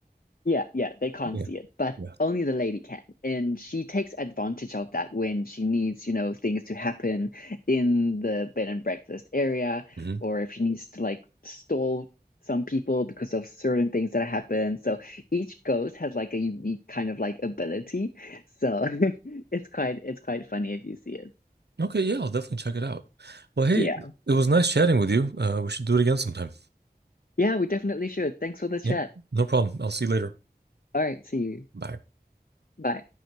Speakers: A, on the left; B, on the right.
A: Yeah, yeah, they can't
B: Yeah.
A: see it, but
B: Yeah.
A: only the lady can. And she takes advantage of that when she needs, you know, things to happen in the bed and breakfast area,
B: Mhm.
A: or if she needs to like stall some people because of certain things that happen. So each ghost has like a unique kind of like ability. So <laughs> it's quite it's quite funny if you see it.
B: Okay, yeah, I'll definitely check it out. Well, hey,
A: Yeah.
B: it was nice chatting with you. Uh, we should do it again sometime.
A: Yeah, we definitely should. Thanks for the chat.
B: Yeah, no problem. I'll see you later.
A: All right, see you.
B: Bye.
A: Bye.